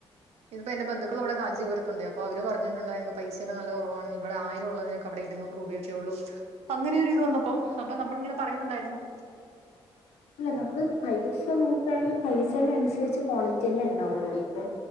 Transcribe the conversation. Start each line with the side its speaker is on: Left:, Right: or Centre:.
Right: ഇതിപ്പോ എന്റെ ബന്ധുക്കൾ അവിടെ ക്കാഞ്ചപുരത്തുണ്ട്. അപ്പോ അവര് പറഞ്ഞിട്ടുണ്ടെ പൈസക്കെ നല്ല കൊറവാണ് ഇവിടെ ആയിരം ഉള്ളതിനേക്ക.. അവിടെ ഇരുന്നൂറ് രൂപയൊക്കെള്ളു. അങ്ങനെരിത് വന്നപ്പം. അപ്പനമ്മള് ങ്ങനെ പറയുന്നുണ്ടായിരുന്നു.
Left: ഇല്ല നമ്മള് പൈസ നോക്ണെങ്കി. പൈസന അനുസരിച്ച്. ക്വാളിറ്റിന്നെ ണ്ടാവുള്ളു ഇപ്പൊ.